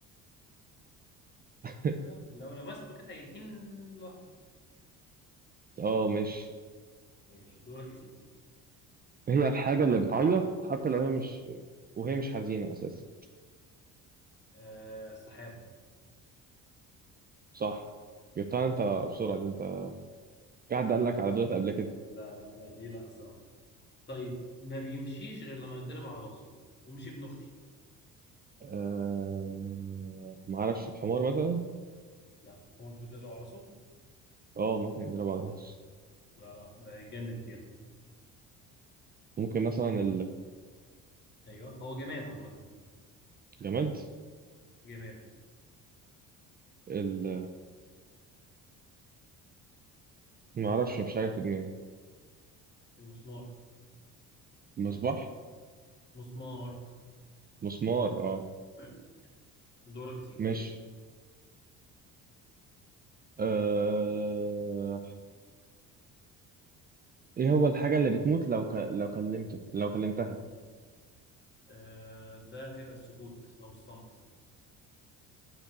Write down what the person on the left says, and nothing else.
لا لو لمسته كده هيتين لوحده
ماشي دورك يا سيدي
آه السحاب
آه
لا لا لا دي لا الصراحة طيب ما بيمشيش غير لما يتضرب على راسه ومش ابن اختي
لا هو بيتضرب على راسه
لا لا ده يتجنن فيها
ايوه هو جماد عامة
جماد
المسمار
مسمار
<clears throat> دورك يا سيدي
آه، ده هيبقى السكوت او الصمت